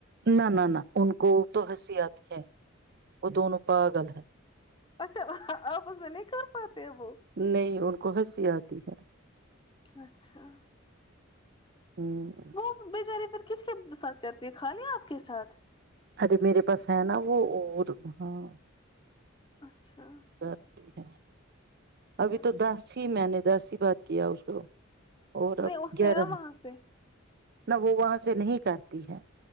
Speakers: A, on the right; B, on the left.
A: نہ نہ نہ ان کو تو ہنسی آتی ہے وہ دونوں پاگل ہے
B: اچھا آپس میں نہیں کر پاتے وہ
A: نہیں ان کو ہنسی آتی ہے
B: اچھا
A: ہمم
B: مب بچاری پھر کس کے ساتھ کرتی ہیں خالی آپ کے ساتھ
A: ارے میرے پاس ہے نا وہ اور ہاں
B: اچھا
A: کرتی ہے ابھی
B: چلو
A: تو
B: ٹھیک
A: دس ہی میں نے دس ہی بات کیا اس کو اور
B: نہیں
A: اب
B: اس
A: گیارہ
B: نے نا وہاں سے
A: نہ وہ وہاں سے نہیں کرتی ہے